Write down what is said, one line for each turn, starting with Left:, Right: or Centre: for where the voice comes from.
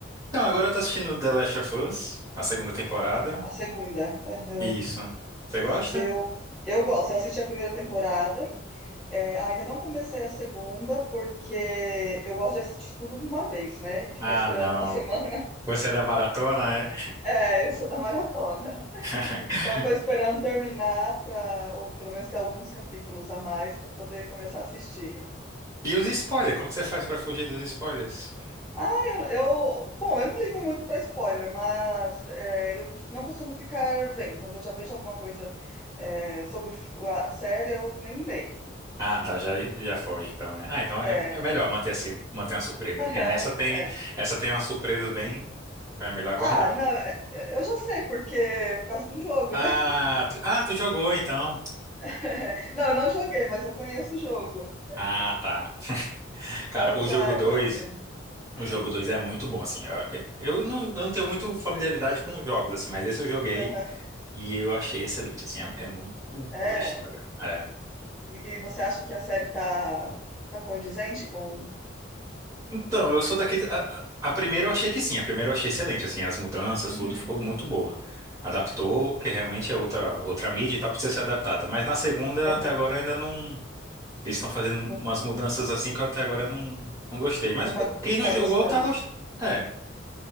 Right: Então, agora eu tô assistindo The Last of Us, a segunda temporada.
Centre: Ah, a segunda. Aham.
Right: Isso. Você gosta?
Centre: Eu, eu gosto, eu assisti a primeira temporada. é, ainda não comecei a segunda, porque eu gosto de assistir tudo de uma vez, né? E ficar
Right: Ah,
Centre: esperando
Right: não.
Centre: uma <laughs> semana.
Right: Você é da maratona, é?
Centre: É, eu sou da maratona.
Right: <laughs>
Centre: Então, eu tô esperando terminar, pra, ou pelo menos ter alguns capítulos a mais para poder começar a assistir.
Right: E os spoilers? Como que você faz pra fugir dos spoilers?
Centre: Ah, eu, eu- bom, eu não ligo muito pra spoiler, mas é, eu cos- não costumo ficar vendo. Quando eu já vejo alguma coisa é, sobre o f- a a série, eu nem leio,
Right: Ah,
Centre: né?
Right: tá, já, já foge então, né? Ah, então é,
Centre: É,
Right: é melhor manter assim, manter uma surpresa,
Centre: <laughs>
Right: porque nessa tem,
Centre: é.
Right: essa tem umas surpresas bem, então é melhor aguardar
Centre: Ah,
Right: mesmo.
Centre: não, é, é, eu já sei porque por causa do jogo,
Right: Ah,
Centre: né?
Right: tu, ah, tu jogou então.
Centre: <laughs> Não, eu não joguei, mas eu conheço o jogo,
Right: Ah, tá. Cara,
Centre: então
Right: o
Centre: eu já,
Right: jogo dois,
Centre: eu já sei. Hum,
Right: o jogo dois é muito bom assim. Eu, eu não, eu não tenho muito familiaridade com os jogos assim, mas esse eu joguei
Centre: aham,
Right: e eu achei excelente assim, é, é muito
Centre: é.
Right: boa a história. é.
Centre: E, e você acha que a série tá, tá condizente com?
Right: Então, eu sou daquele. A, a a primeira eu achei que sim, a primeira eu achei excelente, assim, as mudanças,
Centre: Uhum,
Right: tudo ficou muito boa. Adaptou, que realmente é outra, outra mídia e tal, precisa ser adaptada. Mas na segunda,
Centre: aham,
Right: até agora, ainda não. Eles estão fazendo
Centre: não,
Right: umas mudanças assim que eu até agora não, não gostei. Mas
Centre: não tá,
Right: quem
Centre: não
Right: não
Centre: tá
Right: jogou
Centre: gostando?
Right: tá gostando. É,